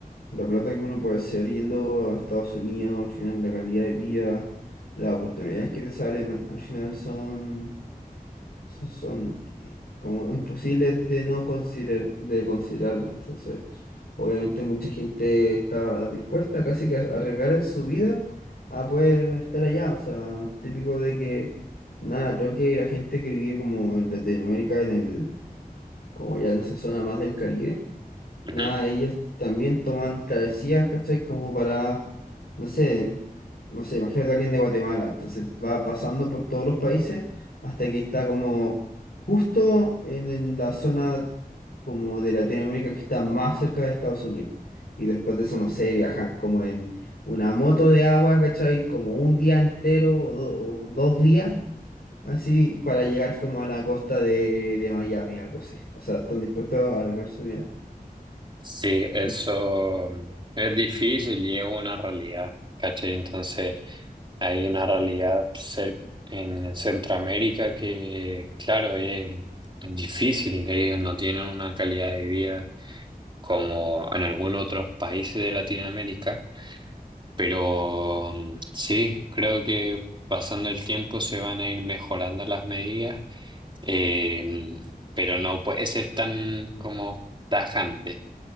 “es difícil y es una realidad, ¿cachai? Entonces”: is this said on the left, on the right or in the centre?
Right